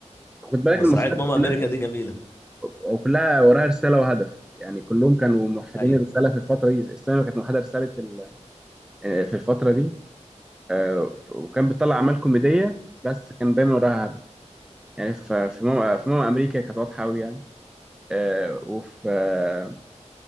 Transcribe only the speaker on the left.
مسرحية
ماما
امريكا دي جميلة
ايوه